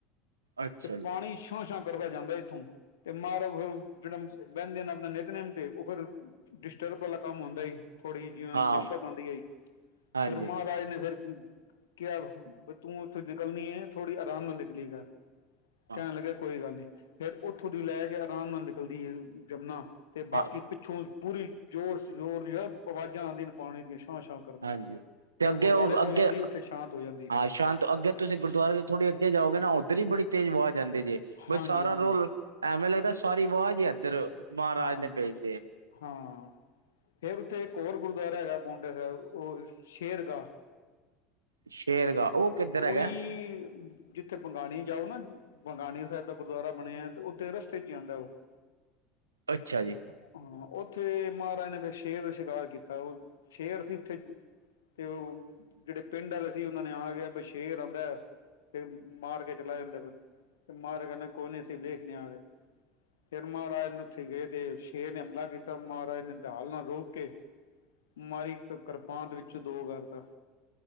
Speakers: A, on the right (about 80°); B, on the left (about 75°).
A: ਅੱਛਾ
B: ਤੇ
A: ਜੀ
B: ਪਾਣੀ ਛਾਂ-ਛਾਂ ਕਰਦਾ ਜਾਂਦਾ ਇੱਥੋਂ ਤੇ ਮਾਰ ਫਿਰ ਜੇੜਾ ਬੈੰਦੇ ਨੇ ਆਪਣੇ ਨੇਤਨਮ ਤੇ ਓ ਫਿਰ ਡਿਸਟਰਬ ਵਾਲਾ ਕੰਮ ਹੁੰਦਾ ਈ ਥੋੜੀ ਜਿ ਜਿਹੀ
A: ਹਾਂ
B: ਦਿੱਕਤ ਹੁੰਦੀ ਆਈ
A: ਹਾਂਜੀ
B: ਫੇਿਰ ਮਹਾਰਾਜ ਨੇ ਫਿਰ ਕਿਆ ਤੂੰ ਉੱਥੋਂ ਨਿਕਲਣੀ ਏ ਥੋੜ੍ਹੀ ਆਰਾਮ ਨਾਲ ਨਿਕਲੀ ਕਰ-
A: ਹਾਂ
B: ਕੈਣ ਲੱਗੇ ਕੋਈ ਗੱਲ ਨੀ ਫੇਰ ਓਥੋਂ ਦੀ ਲੈ ਕੇ ਆਰਾਮ ਨਾਲ ਨਿਕਲਦੀ ਏ ਜਮਨਾ। ਤੇ ਬਾਕੀ
A: ਹਾਂ
B: ਪਿੱਛੋਂ ਪੂਰੀ ਜ਼ੋਰ ਜ਼ੋਰ ਦੀ ਆਵਾਜ਼ਾਂ ਆਉਂਦੀਆਂ ਪਾਣੀ ਦੀਆਂ ਛਾਂ ਛਾਂ ਕਰਦੀਆਂ
A: ਹਾਂਜੀ ਤੇ
B: ਜਿਵੇ
A: ਅੱਗੇ
B: ਗੁਰਦੁਆਰੇ
A: ਉਹ
B: ਕੋਲ
A: ਅੱਗੇ
B: ਆਉਂਦੀ ਉੱਥੇ ਸ਼ਾਂਤ ਹੋ ਜਾਂਦੀ
A: ਹਾਂ
B: ਫੇਰ।
A: ਸ਼ਾਂਤ ਅੱਗੇ ਤੁਸੀਂ ਗੁਰਦੁਆਰੇ ਥੋੜ੍ਹੀ ਅੱਗੇ ਜਾਓਗੇ ਨਾ ਉੱਧਰ ਹੀ ਬੜੀ ਤੇਜ਼ ਵਾਜ ਜਾਦੀ ਜੇ
B: ਹਾਂਜੀ
A: ਬਈ ਸਾਰਾ
B: ਹਾਂਜੀ
A: ਰੋਲਾ ਐਵੇਂ ਲੱਗਦਾ ਸਾਰੀ ਵਾਜ ਈ ਇੱਧਰ ਮਹਾਰਾਜ
B: ਹਾਂਜੀ
A: ਨੇ ਭੇਜ ਤੀ ਏ।
B: ਹਾਂ ਫੇਰ ਉੱਥੇ ਇੱਕ ਹੋਰ ਗੁਰਦੁਆਰਾ ਹੈਗਾ ਪੋਡਾ ਸਾਹਿਬ ਉਹ ਸ਼ੇਰ ਕਾ
A: ਸ਼ੇਰਗਾ ਉਹ ਕਿੱਧਰ ਹੈਗਾ
B: ਉਹੀ ਜਿਦਾ ਉੱਥੇ ਬੰਗਾਣੀ ਜਾਓ ਨਾ ਬੰਗਾਣੀ ਸਾਹਿਬ ਦਾ ਗੁਰਦੁਆਰਾ ਬਣਿਆ ਤੇ ਉੱਥੇ ਰਸਤੇ ਚ ਜਾਂਦਾ ਉਹ <inaudible>
A: ਅੱਛਾ ਜੀ।
B: ਹਾਂ ਉੱਥੇ ਮਹਾਰਾਜ ਨੇ ਫੇਰ ਸ਼ੇਰ ਦਾ ਸ਼ਿਕਾਰ ਕੀਤਾ ਉਹ ਸ਼ੇਰ ਸੀ ਉੱਥੇ ਤੇ ਉਹ ਜਿਹੜੇ ਪਿੰਡ ਵਾਲੇ ਸੀ ਉਹਨਾਂ ਨੇ ਆ ਗਿਆ। ਸ਼ੇਰ ਆਦਾ ਏ ਤੇ ਮਾਰ ਕੇ ਚਲਾ ਜਾਂਦਾ ਬਸ ਤੇ ਮਾਰੇ ਕੋਲਜ ਚ ਹੀ ਦੇਖਦੇ ਆ ਰਹੇ ਫਿਰ ਮਹਾਰਾਜ ਉਥੇ ਗਏ ਤੇ ਸ਼ੇਰ ਨੇ ਹਮਲਾ ਕੀਤਾ ਮਹਾਰਾਜ ਨੇ ਡਾਲ ਨਾਲ ਰੋਕ ਕੇ ਮਾਰੀ ਕਿਰਪਾਂਨ ਵਿੱਚੋਂ ਦੋ ਕਰਤਾ।